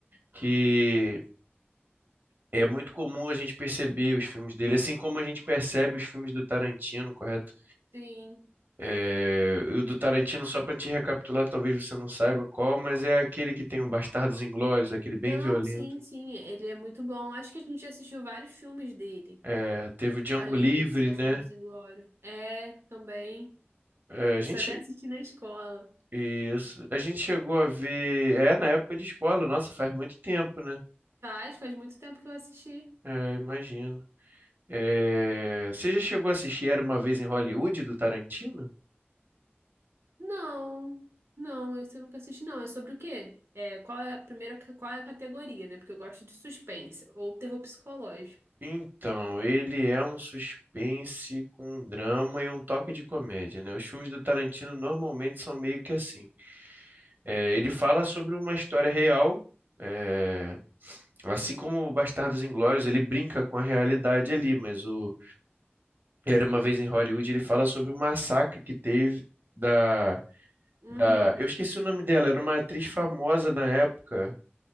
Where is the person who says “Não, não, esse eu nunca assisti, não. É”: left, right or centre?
Right